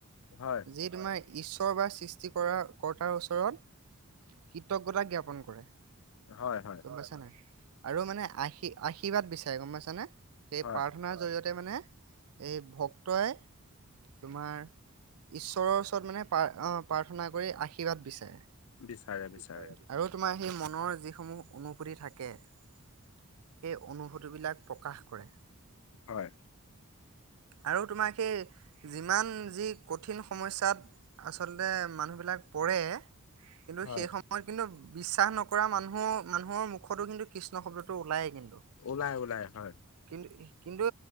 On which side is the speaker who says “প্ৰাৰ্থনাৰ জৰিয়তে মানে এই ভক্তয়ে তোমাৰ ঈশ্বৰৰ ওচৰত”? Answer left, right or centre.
Right